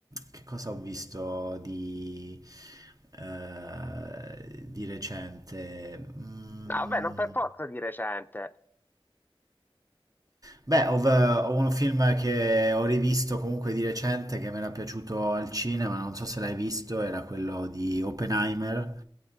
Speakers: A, on the right (about 35°); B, on the left (about 20°).
A: che cosa ho visto di, eh, di recente. Mm.
B: No, vabbè, non per forza di recente.
A: Beh, ov- ho un film che ho rivisto comunque di recente che mi era piaciuto al cinema, non so se l'hai visto, era quello di Oppenheimer.